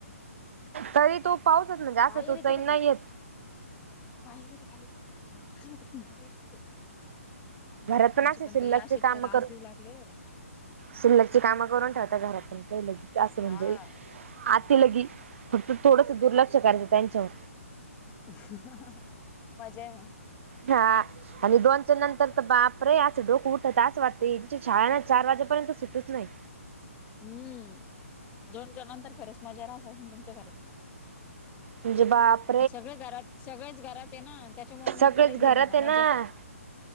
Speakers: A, on the right (about 55°); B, on the left (about 20°).
A: तरी तू पावसात म्हणजे असं
B: बाहेर
A: तू
B: येते
A: चैन
B: तर
A: नाही
B: खरी
A: येत?
B: बाहेर ये खाली, पटकन खालीत बाहेर येते.
A: घरात
B: आमचे
A: असे
B: पण
A: शिल्लकचे
B: बाई असे
A: काम
B: ञास
A: कर
B: देऊ लागले?
A: शिल्लकची काम करून ठेवता घरात पण क ल क असं
B: हा
A: म्हणजे? आत लगी फक्त थोडस दुर्लक्ष करायचं त्यांच्यावर,
B: हा हा मज्जा आहे मग,
A: हा, आणि दोनच्या नंतर तर बाप रे, असं डोकं उठत असं वाटतंच्या शाळेना चार वाजेपर्यंत सुटूच नाही?
B: हम्म दोन च्या नंतर खरच तुमच्या घरात,
A: म्हणजे बाप.
B: सगळे घरात सगळेच घरात आहे ना, त्याच्यामुळे
A: सगळेच
B: मग त्याला
A: घरात
B: धिंगाणा
A: आहे
B: मज्जाच
A: ना